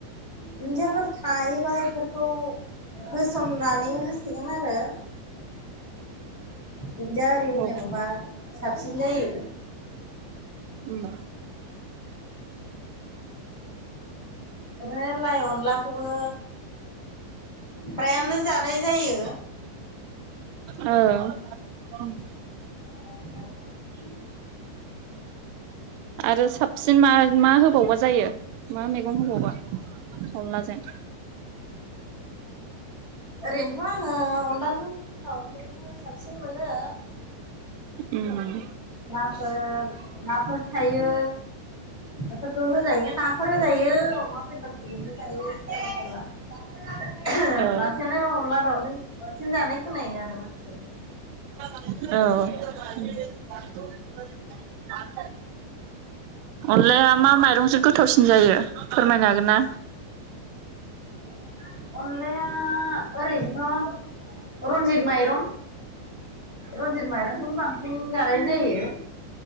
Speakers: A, on the left; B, on the right.
A: दुन्दियाफोर थायोबा फोरखौ होसननानै होसिगोन आरो दुन्दिया आरि होनो
B: औ
A: मोनबा साबसिन जायो
B: उम
A: रो लाइ अनलाखौबो प्रायानो जानाय जायो
B: ओं <inaudible>
A: <inaudible>
B: आरो साबसिन मा-मा होबावबा जायो मा मैगं होबावबा अनलाजों?
A: ओरैनोथ' आङो अनलाजों दाउजोंनो साबसिन मोनो
B: उम
A: ओ नाफोर थायो बेफोरखौ होजायो नाफोर जायो अमा बेदरजोंनो जायो सोरबा सोरबा
B: औ
A: बां सिना अनला दावजों बांसिन जानाय खोनायो आरो मा <inaudible>
B: औ अनलाया मा माइरंजों गोथावसिन जायो? फोरमायनो हागोनना?
A: <inaudible> अनलाया ओरैनोथ' रनजित माइरं रनजित माइरंखौनो बांसिन जानाय जायो